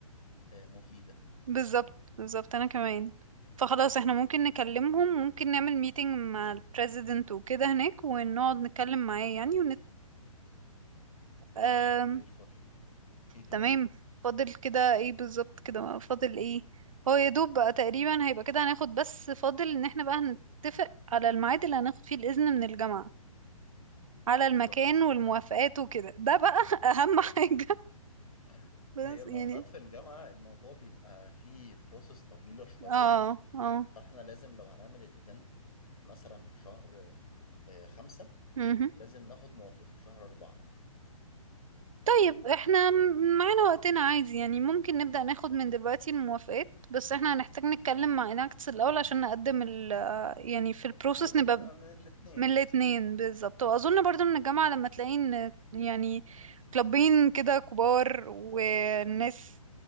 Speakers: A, on the left (about 75°); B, on the right (about 65°).
A: آه، مفيدة
B: بالظبط بالظبط انا كمان فخلاص احنا ممكن نكلمهم ممكن نعمل ميتنج مع البريزيدنت وكده هناك ونقعد نتكلم معاه يعني ونتفق
A: ماشي زي الفل ايه تاني
B: تمام فاضل كده ايه بالظبط كده ما فاضل ايه هو يا دوب بقى تقريبا هيبقى كده هناخد بس فاضل ان احنا بقى هنتفق على الميعاد اللي هناخد فيه الإذن من الجامعة على المكان
A: بالظبط
B: والموافقات وكده ده بقى <laughs> اهم حاجة
A: <laughs>
B: بس
A: هي الموافقات
B: يعني
A: في الجامعة الموضوع بيبقى فيه بروسس طويلة شوية
B: اه اه
A: فاحنا لازم لو هنعمل الايفنت مثلا في شهر آه، خمسة
B: مهم.
A: لازم ناخد موافقته في شهر أربعة
B: طيب احنا م- معانا وقتنا عادي يعني ممكن نبدأ ناخد من دلوقتي الموافقات بس احنا هنحتاج نتكلم مع اناكتس الأول عشان نقدم ال يعني في البروسيس
A: بروبوزل
B: نبقى
A: يبقى من الاتنين
B: من الاتنين بالظبط واظن برضو من الجامعة لما تلاقي ان يعني كلابين كده كبار وناس